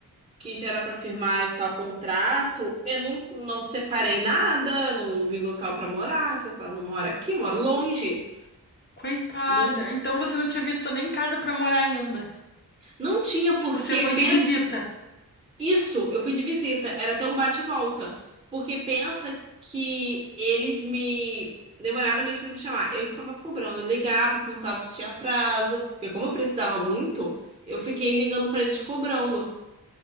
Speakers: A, on the right; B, on the left.
A: que já era pra firmar tal contrato, eu não, não separei nada, não, não vi local pra morar. Eu falei, pá, não moro aqui, eu moro longe.
B: Coitada.
A: Não,
B: Então você não tinha visto nem casa pra morar ainda.
A: não tinha porque
B: Tipo, você foi
A: pensa
B: de visita.
A: isso, eu fui de visita, era até um bate e volta, porque pensa que eles me demoraram mesmo pra me chamar. Eu que ficava cobrando, eu ligava, perguntava se tinha prazo, porque como eu precisava muito, eu fiquei ligando pra eles cobrando.